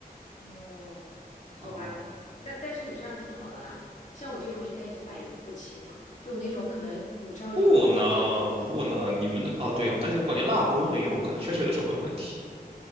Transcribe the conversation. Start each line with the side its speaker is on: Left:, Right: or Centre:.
Left: 哦，好吧，
Right: 哦，
Left: 那但是你这样挺好的啦，像我这种应该已经百毒不侵了，就我那种可能你知道瘤子不是
Right: 不能不能，你们的哦对哦，但是感觉辣锅用的油可能确实有的时候会有问题。